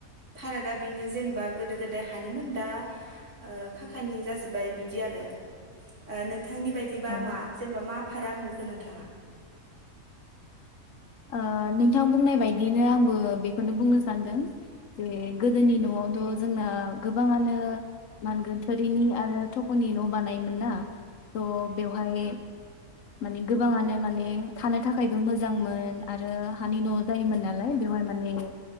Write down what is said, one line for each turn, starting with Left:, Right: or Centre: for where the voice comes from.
Right: फारागा बेनो जेनेबा गोदो गोदाय हानिमोन दा ओ फा खानि जाजोबबाय बिदि आरो ओ नों थांनि बायदिबा
Left: औ
Right: मा जेनेबा मा? फाराग नुखो नोंथाङा
Left: ओ नोंथां बुंनाय बायदियैनो आंबो बेखौनो बुंनो सानदों जे गोदोनि न'आवथ' जोंना गोबाङानो मानगोन थोरिनि आरो थख'नि न' बानायोमोन ना थह बेवहाय माने गोबाङानो माने थानो थाखायबो मोजांमोन आरो हानि न' जायोमोन नालाय बेवहाय माने